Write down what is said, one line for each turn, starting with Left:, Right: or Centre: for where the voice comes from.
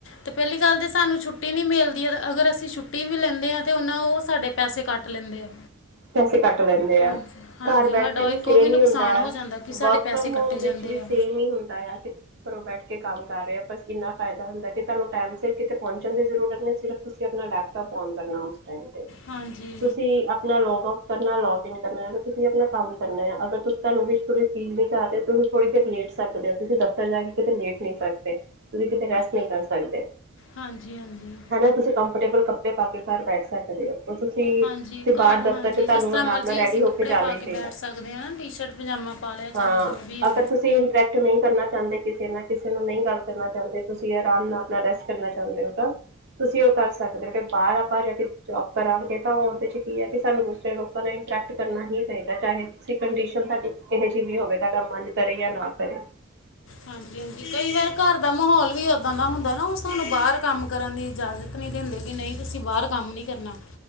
Left: ਤੇ ਪਹਿਲੀ ਗੱਲ ਤੇ ਸਾਨੂੰ ਛੁੱਟੀ ਨੀ ਮਿਲਦੀ, ਅਗਰ ਅਸੀਂ ਛੁੱਟੀ ਵੀ ਲੈਂਦੇ ਆ ਤੇ ਉਹਨਾ ਉਹ ਸਾਡੇ ਪੈਸੇ ਕੱਟ ਲੈਂਦੇ ਆ।
Right: ਪੈਸੇ ਕੱਟ ਲੈਂਦੇ
Left: ਹਾਂਜੀ
Right: ਆ,
Left: ਹਾਂਜੀ
Right: ਘਰ ਬੈਠ
Left: ਸਾਡਾ
Right: ਕੇ
Left: ਉਹ
Right: ਵੀ
Left: ਇੱਕ
Right: ਸੇਮ
Left: ਉਹ ਨੁਕਸਾਨ
Right: ਹੀ ਹੁੰਦਾ
Left: ਹੋ
Right: ਐ,
Left: ਜਾਂਦਾ ਕਿ ਸਾਡੇ
Right: ਵਰਕ
Left: ਪੈਸੇ
Right: ਫਰੋਮ ਹੋਮ
Left: ਕੱਟੇ
Right: ਵਿੱਚ
Left: ਜਾਂਦੇ
Right: ਵੀ
Left: ਆ
Right: ਸੇਮ ਹੀ ਹੁੰਦਾ ਐ। ਘਰੋਂ ਬੈਠ ਕੇ ਕੰਮ ਕਰ ਰਹੇ ਹੋ ਬਸ ਏਨਾ ਫਾਇਦਾ ਹੁੰਦਾ ਕਿ ਤੁਹਾਨੂੰ ਟਾਈਮ ਸਿਰ ਕਿਤੇ ਪਹੁੰਚਣ ਦੀ ਜ਼ਰੂਰਤ ਨਹੀਂ ਸਿਰਫ਼ ਤੁਸੀਂ ਆਪਣਾ ਲੈਪ ਟੋਪ ਔਨ ਕਰਨਾ ਉਸ ਟੈਮ ਤੇ,
Left: ਹਾਂਜੀ
Right: ਤੁਸੀਂ ਆਪ ਆਪਣਾ ਲੌਗ ਆਊਟ ਕਰਨਾ, ਲੌਗ ਇਨ ਕਰਨਾ, ਤੁਸੀਂ ਆਪਣਾ ਕੰਮ ਕਰਨਾ ਆ, ਅਗਰ ਤੁਸੀਂ ਤੁਹਾਨੂੰ ਵੀ ਫੀਲ ਨਹੀਂ ਕਰ ਰਹੇ ਤੁਸੀਂ ਥੋੜੀ ਦੇਰ ਲੇਟ ਸਕਦੇ ਓ, ਤੁਸੀਂ ਦਫ਼ਤਰ ਜਾ ਕੇਤੇ ਲੇਟ ਨਹੀਂ ਸਕਦੇ, ਤੁਸੀ ਕਿਤੇ ਰੈਸਟ ਨਹੀਂ ਕਰ ਸਕਦੇ।
Left: ਹਾਂਜੀ ਹਾਂਜੀ।
Right: ਨਾ ਤੁਸੀਂ ਕੰਫਰਟੇਬਲ ਕੱਪੜੇ ਪਾ ਕੇ ਘਰ ਬੈਠ ਸਕਦੇ ਓ ਔਰ ਤੁਸੀਂ
Left: ਹਾਂਜੀ
Right: ਤੁਸੀਂ ਬਾਹਰ
Left: ਘਰ
Right: ਦਫ਼ਤਰ
Left: ਹਾਂਜੀ
Right: ਚ ਤੁਹਾਨੂੰ
Left: ਜਿਸ ਤਰ੍ਹਾਂ
Right: ਆਰਾਮ
Left: ਮਰਜ਼ੀ
Right: ਨਾਲ ਰੈਡੀ
Left: ਅਸੀਂ ਕੱਪੜੇ
Right: ਹੋ ਕੇ ਜਾਣਾ
Left: ਪਾ
Right: ਹੀ
Left: ਬੈਠ
Right: ਪਏਗਾ,
Left: ਸਕਦੇ ਆ ਨਾ ਟੀ-ਸ਼ਰਟ ਪਜਾਮਾ ਪਾ ਲਿਆ
Right: ਹਾਂ
Left: ਚਾਹੇ ਜੋ ਵੀ ਆ
Right: ਅਗਰ ਤੁਸੀਂ ਤੁਸੀਂ ਇੰਟਰੈਕਟ ਨਹੀਂ ਕਰਨਾ ਚਾਹੁੰਦੇ ਕਿਸੇ ਨਾਲ, ਕਿਸੇ ਨੂੰ ਨਹੀਂ ਗੱਲ ਕਰਨਾ ਚਾਹੁੰਦੇ, ਤੁਸੀਂ ਆਰਾਮ ਨਾਲ ਰੈਸਟ ਕਰਨਾ ਚਾਹੁੰਦੇ ਹੋ ਤਾਂ ਤੁਸੀਂ ਉਹ ਕਰ ਸਕਦੇ ਹੋ ਕਿ ਬਾਹਰ ਆਪਾਂ ਜਾ ਕੇ ਜੋਬ ਕਰਾਂਗੇ ਤਾਂ ਉਹ ਉਹਦੇ ਚ ਕੀ ਐ ਕਿ ਸਾਨੂੰ ਦੂਸਰੇ ਲੋਕਾਂ ਨਾਲ ਇੰਟਰੈਕਟ ਕਰਨਾ ਹੀ ਪਏਗਾ, ਚਾਹੇ ਤੁਸੀਂ ਕੰਡੀਸ਼ਨ ਤੁਹਾਡੀ ਕਿਹੋ ਜਿਹੀ ਵੀ ਹੋਵੇ, ਤੁਹਾਡਾ ਮੰਨ ਕਰੇ ਜਾਂ ਨਾ ਕਰੇ।
Left: ਹਾਂਜੀ ਹਾਂਜੀ, ਕਈ ਵਾਰ ਘਰ ਦਾ ਮਾਹੌਲ ਵੀ ਓਦਾਂ ਦਾ ਹੁੰਦਾ ਨਾ ਉਹ ਸਾਨੂੰ ਬਾਹਰ ਕੰਮ ਕਰਨ ਦੀ ਇਜਾਜ਼ਤ ਨਹੀਂ ਦਿੰਦੇ ਕਿ ਨਈਂ ਤੁਸੀਂ ਬਾਹਰ ਕੰਮ ਨਹੀਂ ਕਰਨਾ,